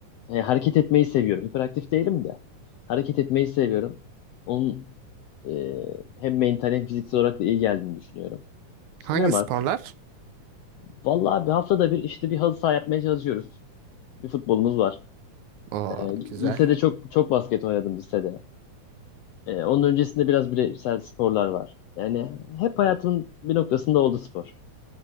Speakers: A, on the left; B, on the right.
A: Yani hareket etmeyi seviyorum. Hiperaktif değilim de. Hareket etmeyi seviyorum. Onun e, hem mental hem fiziksel olarak da iyi geldiğini düşünüyorum. İşte
B: Hangi
A: ne var?
B: sporlar?
A: Vallahi bir haftada bir işte bir halı saha yapmaya çalışıyoruz. Bir futbolumuz var.
B: Oo,
A: Ee,
B: güzel.
A: lisede çok çok basket oynadım lisede. Ee, onun öncesinde biraz bireysel sporlar var. Yani hep hayatımın bir noktasında oldu spor.